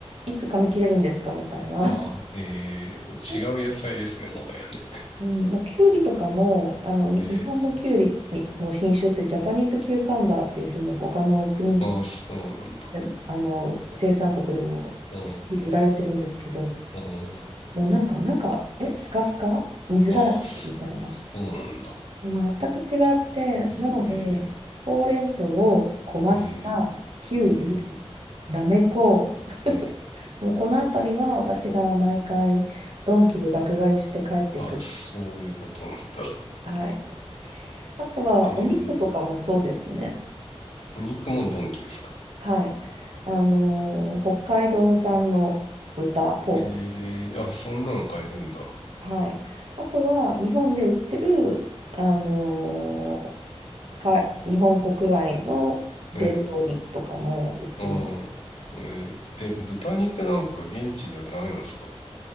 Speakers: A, on the right; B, on the left.
A: ういつ噛み切れるんですかみたいな。
B: ああ、ええー違う野菜ですね、
A: <laughs>
B: もはやね。
A: うん、もうキュウリとかもあのに日本のキュウリの品種ってジャパニーズキューカンバーっていうふうに他の国
B: えーああ、そうなんだ。
A: でもあの生産国でも普通に売られてるんですけど
B: ああ、あ
A: もうなんか中えスカスカ水だらけみたいな
B: あ、ああ、そうなんだ。
A: 全く違ってなのでほうれん草を小松菜キュウリ
B: えええええー、
A: なめこ
B: えー、
A: もうこの辺りは私が毎回ドンキで爆買いして帰ってくる。
B: あ、そういうことなんだ。
A: はいあとはお肉とかもそうですね。
B: <laughs> えー、お肉もドンキですか。
A: はい。あのー北海道産の豚、ポーク。
B: えー、あ、そんなの買えるんだ。
A: はい。あとは、日本で売ってる、あのーか、日本国外の冷凍肉とかも売ってます。
B: えー、あえー、え、豚肉なんか現地ではダメなんですか